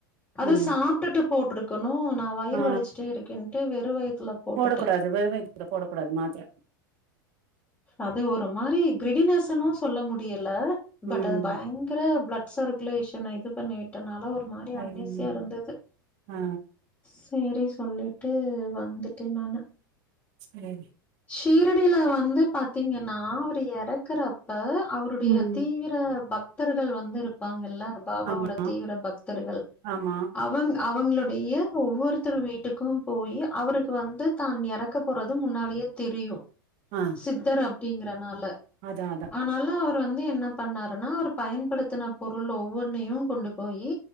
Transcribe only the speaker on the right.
ம்
ஆ
போடக்கூடாது வெறும் வயித்துல போடக்கூடாது மாத்திர
ம்
ஐய்யய்யோ
ஆ
சரி
ம்
ஆமா
ஆமா
ஆ
அதா அதா